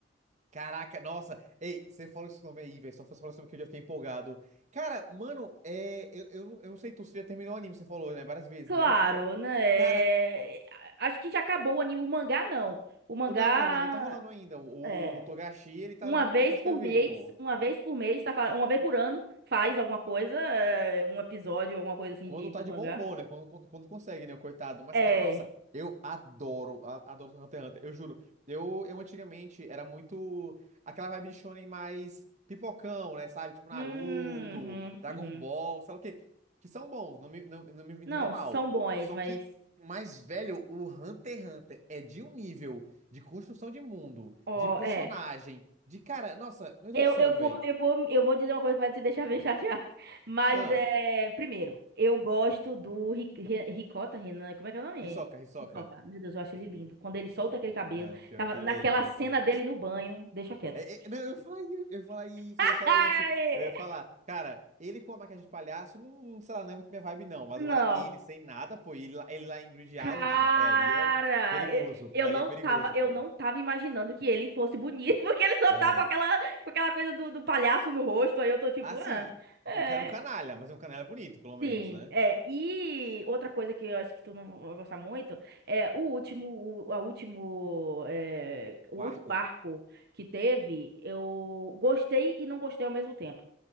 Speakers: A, on the right; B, on the right.
A: Caraca, nossa, ei, você falou esse nome aí, velho. Só você falou esse nome que eu já fiquei empolgado. Cara, mano, é, eu, eu, não eu não sei tu, você já terminou o anime, você falou, né? Várias vezes,
B: Claro,
A: né?
B: né?
A: Cara,
B: é, Acho que já acabou o anime. O mangá, não. O mangá
A: não, não, o mangá tá rolando ainda. O,
B: é
A: o Togashi, ele tá
B: uma
A: levando
B: vez
A: tempo pra escrever,
B: por mês,
A: pô.
B: uma vez por mês, tá, fa- uma vez por ano, faz alguma coisa, é, um episódio, alguma coisa assim
A: Quando
B: de,
A: tá
B: do
A: de
B: mangá.
A: bom humor, né? Quando, quando, quando consegue, né? O coitado. Mas,
B: É.
A: cara, nossa, eu adoro, a- adoro Hunter x Hunter, eu juro. Eu, eu antigamente era muito aquela vibe de shonen mais pipocão, né? Sabe? Tipo Naruto,
B: Uhum, uhum.
A: Dragon
B: uhum.
A: Ball, sabe o quê? Que são bons, não me, não, não me
B: Não,
A: entenda mal.
B: são bons,
A: Só
B: mas.
A: que, mais velho, o Hunter x Hunter é de um nível de construção de mundo,
B: Ó,
A: de personagem,
B: é.
A: de cara, nossa, meu
B: Eu,
A: Deus do céu,
B: eu vou,
A: velho.
B: eu vou, eu vou dizer uma coisa que vai te deixar bem <laughs> chateado. Mas
A: Ah,
B: é, primeiro, eu gosto do Ri- Ri- Ricota, Renan, como é que é o nome?
A: Hisoka, Hisoka.
B: Ricota. Meu Deus, eu acho ele lindo. Quando ele solta aquele cabelo,
A: Não, pior
B: tava
A: que,
B: naquela
A: ei, pior
B: cena
A: que.
B: dele no banho, deixa quieto.
A: É, é, não, eu ia falar isso, eu ia falar isso,
B: <laughs>
A: eu ia falar
B: Ai,
A: isso. Eu ia falar, cara, ele com a maquiagem de palhaço, não, não- sei lá, não é muito minha vibe, não. Mas
B: não.
A: agora ele sem nada, pô, ele, lá- ele lá em Grid Island,
B: Cara,
A: não. É, ali é perigoso.
B: eu, eu
A: Ali
B: não
A: é perigoso,
B: tava, eu
A: pô.
B: não tava imaginando que ele fosse bonito, <laughs> porque ele só
A: É.
B: tá com aquela, com aquela coisa do, do palhaço no rosto. Aí eu tô tipo,
A: Assim,
B: ah, é.
A: o cara é um canalha, mas é um canalha bonito, pelo menos,
B: Sim,
A: né?
B: é, e outra coisa que eu acho que tu não vai gostar muito é o último, o, a último, é, o
A: O
B: último
A: arco.
B: arco que teve, eu gostei e não gostei ao mesmo tempo.